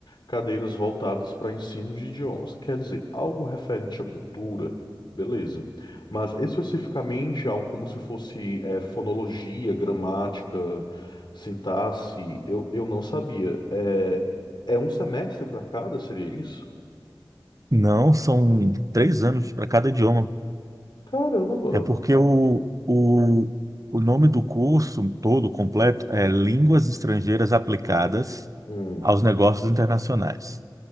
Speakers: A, on the left (about 65°); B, on the right (about 40°).
A: cadeiras voltadas para ensino de idiomas. Quer dizer, algo referente à cultura, beleza. Mas especificamente algo como se fosse eh, fonologia, gramática, sintaxe, eu, eu não sabia. É, é um semestre para cada, seria isso?
B: Não, são três anos para cada idioma.
A: Caramba!
B: É porque o, o, o nome do curso todo completo é Línguas Estrangeiras Aplicadas
A: Hum.
B: aos Negócios Internacionais.